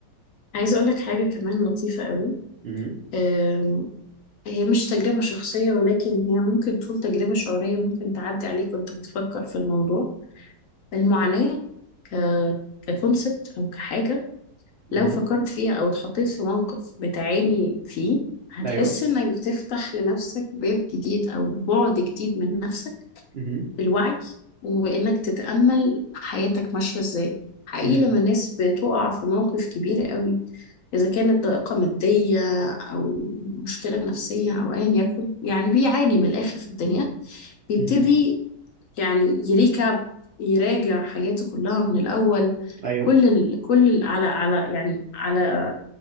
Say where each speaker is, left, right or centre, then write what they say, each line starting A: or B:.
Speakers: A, on the left (about 65°); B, on the right (about 65°).
A: عايزة اقول لك حاجة كمان لطيفة قوي
B: مهم.
A: آم، هي مش تجربة شخصية ولكن هي ممكن تكون تجربة شعورية ممكن تعدي عليك وانت بتفكر في الموضوع المعاناة ك ككونسبت او كحاجة
B: مهم.
A: لو فكرت فيها او اتحطيت في موقف بتعاني فيه هتحس
B: أيوه
A: انك بتفتح لنفسك باب جديد او بعد جديد من نفسك
B: مهم.
A: بالوعي وانك تتأمل حياتك ماشية ازاي حقيقي
B: مهم.
A: لما الناس بتقع في موقف كبير قوي اذا كانت ضائقة مادية او مشكلة نفسية او ايا يكن يعني بيعاني من الاخر في الدنيا بيبتدي
B: مهم.
A: يعني يريكاب يراجع حياته كلها من الأول
B: أيوه
A: كل ال... كل ال... على على يعني على